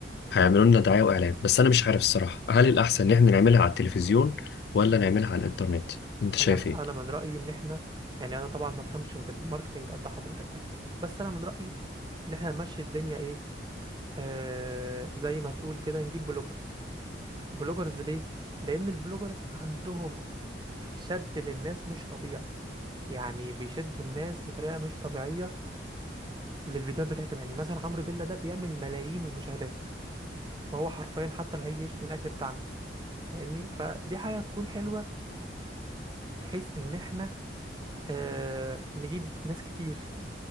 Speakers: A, on the left; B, on the right.
A: هيعملوا لنا دعاية وإعلان بس أنا مش عارف الصراحة هل الأحسن إن إحنا نعملها على التلفزيون ولا نعملها على الإنترنت أنت شايف
B: انا
A: إيه؟
B: انا من رايي ان احنا يعني انا طبعا ما افهمش في الماركتنج قد حضرتك يعني بس انا من رايي ان احنا نمشي الدنيا ايه آه زي ما تقول كده نجيب بلوجرز بلوجرز ليه لان البلوجرز عندهم شد للناس مش طبيعي يعني بيشدوا الناس بطريقه مش طبيعيه للفيديوهات بتاعتهم يعني مثلا عمرو بيلا ده بيعمل ملايين المشاهدات وهو حرفيا حتى لو هيجي يشتم الاكل بتاعنا فاهمني فدي حاجه تكون حلوه بحيث ان احنا آه نجيب ناس كتير